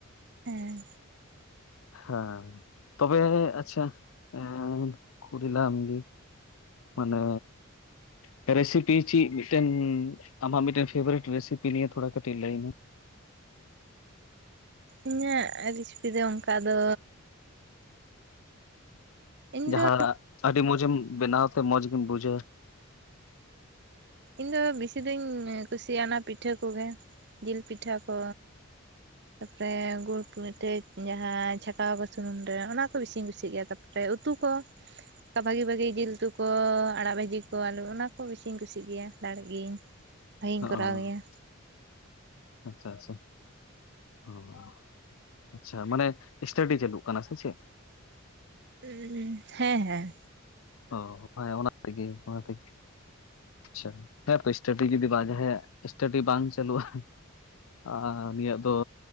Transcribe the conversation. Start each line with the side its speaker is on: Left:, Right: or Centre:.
Right: ᱦᱮᱸᱻ
Left: ᱦᱮᱸ ᱛᱚᱵᱮ ᱟᱪᱪᱷᱟ ᱮ ᱠᱩᱨᱤᱞᱟᱢ ᱜᱮ᱾ ᱢᱟᱱᱮ ᱯᱮᱨᱮ ᱥᱤᱴ ᱾ <unintelligible> ᱟᱢᱟᱜ ᱢᱤᱫᱴᱮᱱ ᱯᱷᱮᱵᱟᱨᱤᱴ ᱨᱮᱥᱤᱯᱤ ᱱᱤᱭᱮ ᱛᱷᱚᱲᱟ ᱠᱟᱹᱴᱤᱡ ᱞᱟᱹᱭ ᱢᱮ᱾
Right: ᱤᱧᱟᱹᱜ ᱨᱮᱥᱤᱯᱤ ᱫᱚ ᱚᱱᱠᱟ ᱫᱚ ᱤᱧ
Left: ᱡᱟᱦᱟᱸ
Right: ᱫᱚ
Left: ᱟᱹᱰᱤ ᱢᱚᱡᱮᱢ ᱵᱮᱱᱟᱣ ᱛᱮ ᱢᱚᱡᱮᱢ ᱵᱩᱡᱟ᱾
Right: ᱤᱧ ᱫᱚ ᱵᱤᱥᱤ ᱫᱩᱧ ᱠᱩᱥᱤᱭᱟᱜ ᱚᱱᱟ ᱯᱤᱴᱷᱟᱹ ᱠᱚᱜᱮ, ᱡᱤᱞ ᱯᱤᱴᱷᱟᱹ ᱠᱚ᱾ ᱛᱟᱯᱚᱨᱮ ᱜᱩᱲ ᱯᱤᱴᱷᱟ. ᱡᱟᱦᱟᱸ ᱪᱷᱟᱸᱠᱟᱣ ᱟᱠᱚ ᱥᱩᱱᱩᱢ ᱨᱮ ᱚᱱᱟ ᱠᱚ ᱵᱤᱥᱤᱧ ᱠᱩᱥᱤᱭᱟᱜ ᱜᱮᱭᱟ ᱛᱟᱨ ᱯᱚᱨᱮ᱾ ᱨᱮ ᱩᱛᱩ ᱠᱚ᱾ ᱵᱷᱟᱹᱜᱤ ᱵᱷᱟᱹᱜᱤ ᱡᱤᱞ ᱩᱛᱩ ᱠᱚ ᱟᱲᱟᱜ ᱵᱷᱟᱹᱡᱤ ᱠᱚ ᱟᱞᱩ ᱚᱱᱟ ᱠᱚ ᱵᱤᱥᱤᱧ ᱠᱩᱥᱤᱜ ᱜᱮᱭᱟ ᱫᱟᱲᱮᱜ ᱜᱤᱭᱟᱹᱧ᱾ <unintelligible>
Left: ᱚ
Right: ᱜᱮᱭᱟ
Left: ᱟᱪᱪᱷᱟ ᱟᱪᱪᱷᱟ ᱚ᱾ ᱟᱪᱪᱷᱟ ᱢᱟᱱᱮ ᱥᱴᱟᱰᱤ ᱪᱟᱹᱞᱩᱜ ᱠᱟᱱᱟ ᱥᱮ ᱪᱮᱫ?
Right: <unintelligible> ᱦᱮᱸ ᱦᱮᱸ
Left: ᱚ ᱦᱮᱸ ᱚᱱᱟ ᱛᱮᱜᱮ ᱚᱱᱟ ᱛᱮᱜᱮ᱾ ᱟᱪᱪᱷᱟ ᱦᱮᱸ ᱥᱮᱞᱯᱚ ᱮᱥᱴᱤᱰᱤ ᱡᱩᱫᱤ ᱵᱟ ᱡᱟᱸᱦᱟᱭᱟᱜ ᱮᱥᱴᱤᱰᱤ ᱵᱟᱝ ᱪᱟᱹᱞᱩᱜᱼᱟ᱾ ᱟᱨ ᱱᱤᱭᱟ ᱫᱚ